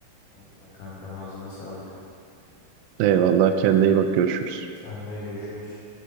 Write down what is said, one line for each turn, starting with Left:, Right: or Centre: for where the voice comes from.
Left: Tamamdır kankam ağzına sağlık.
Right: Eyvallah kendine iyi bak görüşürüz.
Left: Senle görüşürüz.